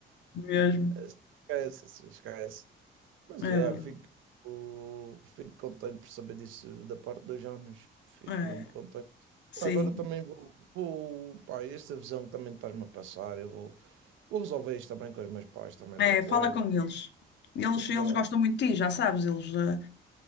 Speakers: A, on the left (about 60°); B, on the right (about 80°).
A: Mesmo.
B: Esquece, assim, esquece. Mas
A: É
B: yeah,
A: verdade.
B: fico, o- fico contente por saber disso da parte do Jonas. Fico
A: É,
B: mesmo contente.
A: sim.
B: Agora também vou, vou pá, esta visão que também estás-me a passar, eu vou, vou resolver isto também com os meus pais, também
A: É,
B: tranquilo.
A: fala com eles. Eles,
B: Tenho que
A: eles
B: falar.
A: gostam muito de ti, já sabes. Eles, eh,